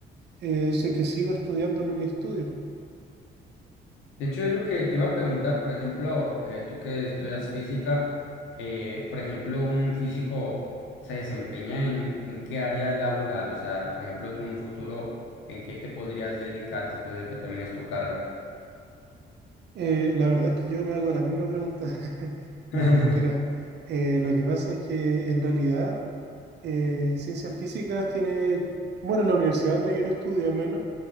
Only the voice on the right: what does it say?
eh, si es que sigo estudiando lo que estudio.
Eh, la verdad es que yo me hago la misma pregunta. <laughs>
No, mentira. Eh, lo que pasa es que en realidad eh, ciencias físicas tiene, bueno, en la universidad donde yo lo estudio al menos,